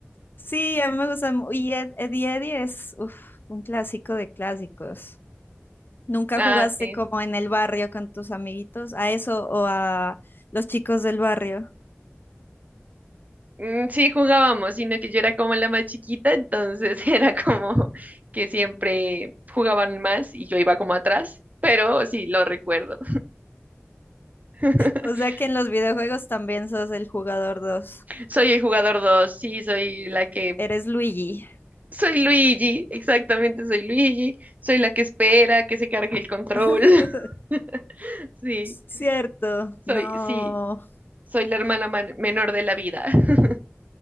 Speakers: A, on the left (about 50°); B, on the right (about 35°).
A: Sí, a mí me gusta. mu- Y Ed- Eddie Eddie es uf, un clásico de clásicos. ¿Nunca
B: Ah,
A: jugaste
B: sí.
A: como en el barrio con tus amiguitos? ¿A eso o a los chicos del barrio? <laughs>
B: Mm, Sí, jugábamos, sino que yo era como la más chiquita, entonces <laughs> era como que siempre jugaban más y yo iba como atrás, pero sí, lo recuerdo. <laughs>
A: O sea que en los videojuegos también sos el jugador 2.
B: Soy el jugador dos sí, soy la que...
A: Eres Luigi.
B: Soy Luigi, exactamente, soy Luigi, soy la que espera que se cargue el control.
A: <laughs>
B: <laughs> Sí,
A: Cierto, no.
B: soy, sí, Soy la hermana man- menor de la vida. <laughs>